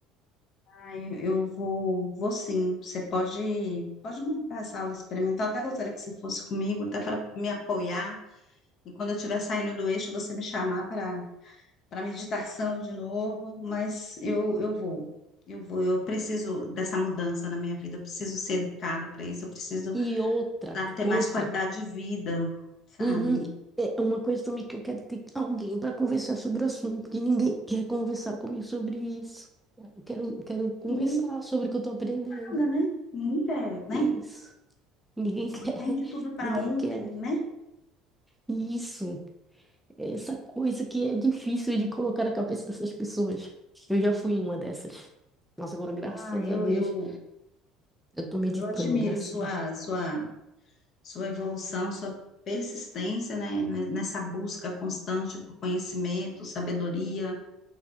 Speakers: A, on the left; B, in the centre.
A: Ai, eu vou, vou sim. Você pode, pode montar essa aula experimental. Até gostaria que você fosse comigo, até para me apoiar. E quando eu estiver saindo do eixo, você me chamar para para meditação de novo. Mas eu, eu vou, eu vou. Eu preciso dessa mudança na minha vida. Eu preciso ser educada para isso. Eu preciso,
B: E outra,
A: sabe, ter mais
B: outra,
A: qualidade de vida, sabe?
B: uhum, é uma coisa também que eu quero ter alguém para conversar sobre o assunto, porque ninguém quer conversar comigo sobre isso. Eu quero, quero conversar
A: Ninguém
B: sobre o que eu estou aprendendo.
A: nada, né? Ninguém quer, né?
B: Isso. Ninguém quer,
A: Urgente,
B: <laughs>
A: tudo é para
B: ninguém
A: ontem,
B: quer
A: né?
B: isso. É essa coisa que é difícil de colocar na cabeça dessas pessoas. Eu já fui uma dessas. Nossa, agora, graças
A: Ah, eu,
B: a Deus,
A: eu,
B: eu tô meditando,
A: eu admiro
B: graças
A: sua,
B: a Deus.
A: sua sua evolução, sua persistência, né, né, nessa busca constante por conhecimento, sabedoria,